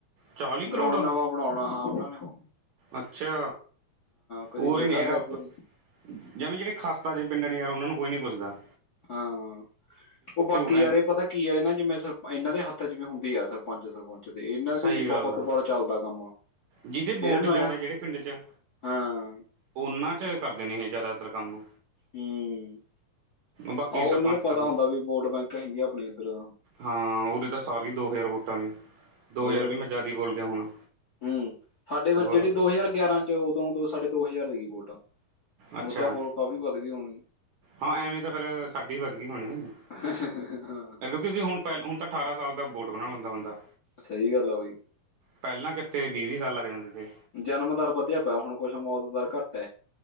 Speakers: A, on the right (about 65°); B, on the left (about 45°).
A: ਚਾਲੀ ਕਰੋੜ
B: ਗਰਾਉਂਡ ਨਵਾਂ ਬਣਾਉਣਾ ਹਾਂ ਉਹਨਾਂ ਨੇ ਹੁਣ।
A: ਅੱਛਾ
B: ਕਦੀ
A: ਓਰ
B: ਜਗ੍ਹਾ
A: ਈ ਨੀ ਹੈਗਾ
B: ਲੈ
A: ਅਪ
B: ਕੇ
A: ਜਵੇ ਜਿਹੜੇ ਖਾਸਤਾ ਦੇ ਪਿੰਡ ਨੇ ਯਾਰ ਉਹਨਾਂ ਨੂੰ ਕੋਈ ਨੀ ਭੁੱਲਦਾ।
B: ਹਾਂ, ਉਹ ਬਾਕੀ
A: ਐਨ
B: ਯਾਰ ਪਤਾ ਕੀ ਐ, ਇਹਨਾਂ ਜਿਵੇਂ ਸਰ ਇਹਨਾਂ ਦੇ ਹੱਥ ਚ ਵੀ ਹੁੰਦੀ ਐ ਸਰਪੰਚ-ਸਰਪੁੰਚ। ਇਹਨਾਂ ਦੇ
A: ਸਹੀ ਗੱਲ
B: ਬਹੁਤ
A: ਆ
B: ਵਾਰ ਚੱਲਦਾ ਕੰਮ।
A: ਜਿਹਦੇ
B: ਇਹਨਾਂ
A: ਵੋਟ
B: ਨੂੰ
A: ਜ਼ਿਆਦਾ
B: ਐ ਹੁੰਦਾ
A: ਜਿਹੜੇ ਪਿੰਡ ਚ
B: ਹਾਂ
A: ਉਹਨਾਂ ਚ ਕਰਦੇ ਨੇ ਇਹ ਜ਼ਿਆਦਾਤਰ ਕੰਮ।
B: ਹੂੰ,
A: ਬਾਕੀ
B: ਆਹੋ
A: ਸਰਪੰਚ
B: ਇਹਨਾਂ ਨੂੰ ਪਤਾ
A: ਤਾਂ
B: ਹੁੰਦਾ ਵੀ ਵੋਟ ਬੈਂਕ ਹੈਗੀਆਂ ਆਪਣੀ ਇੱਧਰ।
A: ਹਾਂ, ਉਹਦੇ ਤਾਂ ਸਾਰੀ ਹੀ ਦੋ ਹਜ਼ਾਰ ਵੋਟਾਂ ਨੇ। ਦੋ
B: ਹੋਰ,
A: ਹਜ਼ਾਰ ਵੀ ਮੈਂ ਜ਼ਿਆਦਾ ਹੀ ਬੋਲ ਗਿਆ ਹੋਣਾ
B: ਹੂੰ, ਸਾਡੇ ਫਿਰ
A: ਹੋਰ
B: ਜਿਹੜੀ ਦੋ ਹਜ਼ਾਰ ਗਿਆਰਾਂ ਉਦੋਂ ਦੋ-ਸਾਢੇ ਦੋ ਹਜ਼ਾਰ ਸੀਗੀ ਵੋਟਾਂ,
A: ਅੱਛਾ
B: ਹੁਣ ਤਾਂ ਹੋਰ ਕਾਫੀ ਵੱਧ ਗਏ ਹੋਣੀ।
A: ਹਾਂ ਐਵੇਂ ਤਾਂ ਫਿਰ ਸਾਡੀ ਵੱਧ ਗਈ ਹੋਣੀ
B: ਹਾਂ,
A: ਕਿਉਂਕਿ ਹੁਣ ਪਹਿਲ ਹੁਣ ਤਾਂ ਠਾਰਾ ਸਾਲ ਦਾ ਬੋਟ ਬਣਾ ਲੈਂਦਾਂ ਬੰਦਾ।
B: ਸਈ ਗੱਲ ਆ ਬਾਈ।
A: ਪਹਿਲਾਂ ਕਿੱਤੇ ਵੀਹ-ਵੀਹ ਸਾਲ ਲੱਗ ਜਾਂਦੇ ਸੀ।
B: ਜਨਮ ਦਰ ਵਧੀਆ ਪਿਆ ਹੁਣ ਕੁੱਛ ਮੌਤ ਦਰ ਘੱਟ-